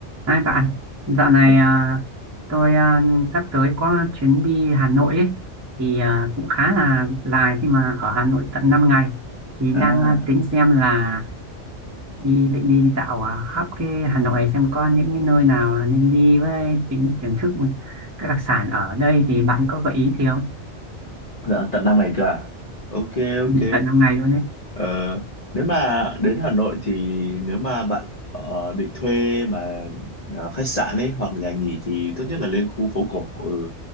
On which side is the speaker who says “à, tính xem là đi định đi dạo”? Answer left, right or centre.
Right